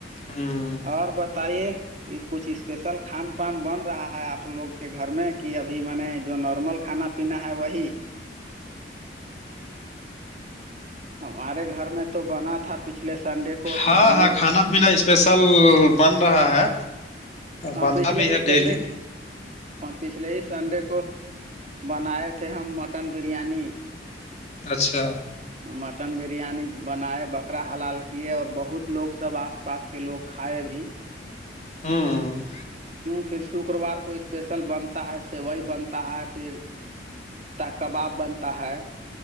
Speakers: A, on the left; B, on the right.
A: ہوں
B: اور بتائیے کچھ اسپیسل خان پان بن رہا ہے اپ لوگ کے گھر میں کہ ابھی میں نے جو نارمل کھانا ہے وہی ہمارے گھر میں تو بنا تھا- پچھلے سنڈے- کو
A: ہاں
B: ہم
A: ہاں
B: لوگ
A: کھانا پینا اسپیشل بن رہا ہے
B: اپ
A: بنتا
B: پچھلے
A: بھی
B: ہی
A: ہے
B: سندھک
A: ڈیلی
B: پچھلے ہی سنڈے کو- بنائے تھے ہم مٹن بریانی-
A: اچھا
B: مٹن بریانی بنائے بکرا حلال کی ہے اور بہت لوگ سب پاس کے لوگ کھائے بھی -
A: ہوں
B: پھر تو کروار کو اسپیسل بنتا ہے سوائی بنتا ہے پھر کباب بنتا ہے-